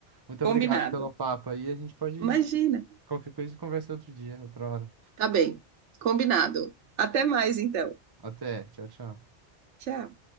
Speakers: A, on the right; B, on the right.
A: Muito obrigado
B: Combinado.
A: pelo papo aí. A gente pode
B: Imagina.
A: Qualquer coisa a gente conversa outro dia, outra hora.
B: Tá bem, combinado. Até mais então.
A: Até. Tchau, tchau.
B: Tchau.